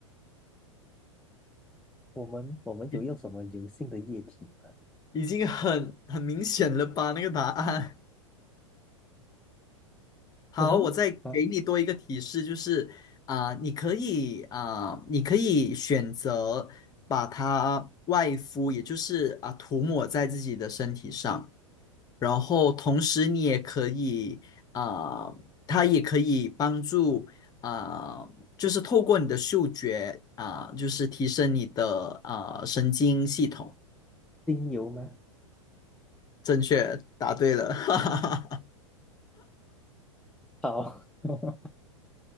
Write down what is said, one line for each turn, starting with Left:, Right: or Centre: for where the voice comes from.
Centre: 我们我们有用什么油性的液体吗？
Left: 已已经很很明显了吧？那个答案。<laughs> 好，
Centre: 可能啊，
Left: 我再给你多一个提示，就是啊、你可以啊、你可以选择把它外敷，也就是啊、涂抹在自己的身体上。然后同时你也可以啊、呃，它也可以帮助啊、呃，就是透过你的嗅觉啊、就是提升你的啊、呃神经系统。
Centre: 精油吗？
Left: 正确，答对了，<laughs> 哈哈哈。
Centre: 好，<laughs>